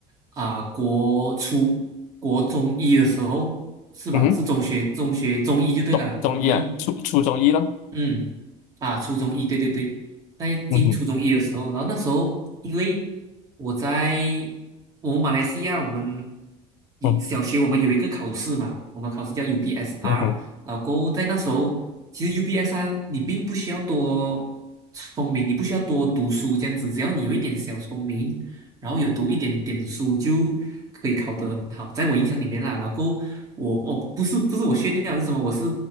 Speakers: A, on the right; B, on the left.
A: 啊、国初国中医的时候，是吧？
B: 嗯哼，
A: 是中学中学中医就对了啦，
B: 中中医啊，
A: 中医。
B: 初初中医咯。
A: 嗯，啊，初中一，对对对，在进初中一的时候，
B: 嗯哼
A: 然后那时候因为我在我们马来西亚，我们一小学我们有一个考试嘛，
B: 嗯
A: 我们考试叫 UBSR，
B: 嗯哼
A: 然后在那时候，其实 UBSR 你并不需要多聪明，你不需要多读书这样子，只要你有一点小聪明，然后有读一点点书就可以考得很好，在我印象里面啦，老公，我我不是不是我炫耀还是什么，我是